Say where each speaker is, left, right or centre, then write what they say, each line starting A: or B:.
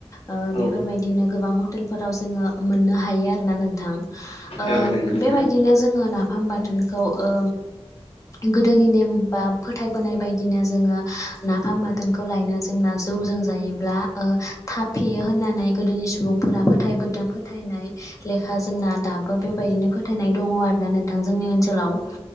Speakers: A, on the left (about 30°); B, on the left (about 60°).
A: ओ
B: औ
A: बेफोरबायदिनो गोबां हटेलफोराव जोङो मोननो हायो आरो ना नोंथां। ओ
B: औ नंगौ नोंथां
A: बेबायदिनो जोङो नाफाम बाथोनखौ ओ। गोदोनि नेम बा फोथायबोनाय बायदिनो जोङो नाफाम बाथोनखौ लायनो जोंना जा। जौजों जायोब्ला ओ थाब फेयो होननानै गोदोनि सुबुं। फोरा फोथायबोदों फोथायनाय लेखा जोंना दाबो बेबायदिनो फोथायनाय दङ आरो ना नोंथांजों। नि ओनसोलाव